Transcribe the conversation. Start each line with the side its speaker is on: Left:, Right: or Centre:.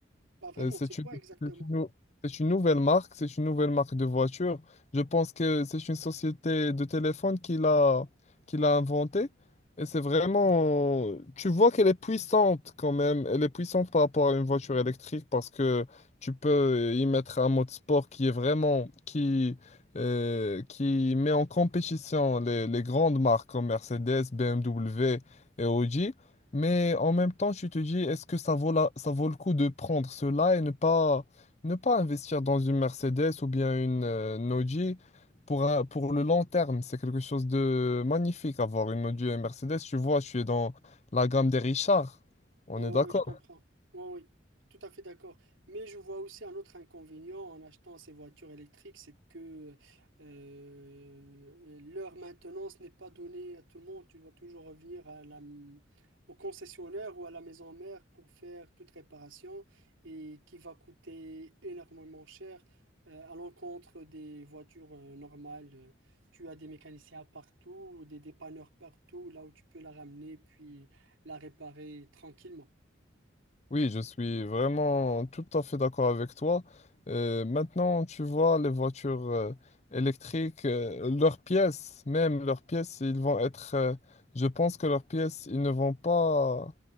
Right: pas vraiment.
Left: euh, C'est
Right: C'est quoi
Left: une,
Right: exactement?
Left: c'est une nou- c'est une nouvelle marque, c'est une nouvelle marque de voiture. Je pense que c'est une société de téléphone qui l'a qui l'a inventée. Et c'est vraiment... Tu vois qu'elle est puissante quand même. Elle est puissante par rapport à une voiture électrique parce que tu peux y mettre un mode sport qui est vraiment... qui, euh, qui met en compétition les, les grandes marques comme Mercedes, BMW et Audi. Mais en même temps, tu te dis, est-ce que ça vaut la- ça vaut le coup de prendre cela et ne pas, ne pas investir dans une Mercedes ou bien une euh, une Audi pour, un- pour le long terme? C'est quelque chose de magnifique, avoir une Audi et une Mercedes. Tu vois, je suis dans la gamme des Richards. On
Right: Oh,
Left: est d'accord.
Right: oui, je comprends. Oui, oui, tout à fait d'accord. Mais je vois aussi un autre inconvénient en achetant ces voitures électriques, c'est que euh, leur maintenance n'est pas donnée à tout le monde. Tu dois toujours revenir à la, au concessionnaire ou à la maison mère pour faire toute réparation et qui va coûter énormément cher euh, à l'encontre des voitures euh, normales. Tu as des mécaniciens partout, des dépanneurs partout, là où tu peux la ramener puis la réparer tranquillement.
Left: Oui, je suis vraiment tout à fait d'accord avec toi. Euh, maintenant, tu vois, les voitures euh, électriques, euh, leurs pièces, même leurs pièces, ils vont être, euh, je pense que leurs pièces, ils ne vont pas